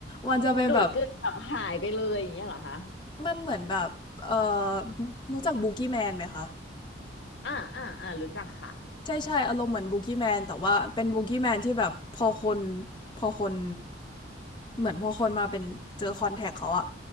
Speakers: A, on the left; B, on the left.
A: มันจะเป็นแบบ
B: ดูดกลืนแบบหายไปเลยอย่างเงี้ยเหรอคะ
A: มันเหมือนแบบเอ่อรู้จักบูกี้แมนไหมคะ
B: อ่าอ่าอ่ารู้จักค่ะ
A: ใช่ใช่อารมณ์เหมือนบูกี้แมนแต่ว่าเป็นบูกี้แมนที่แบบพอคนพอคนเหมือนพอคนมาเป็นเจอคอนแทคเขาอะ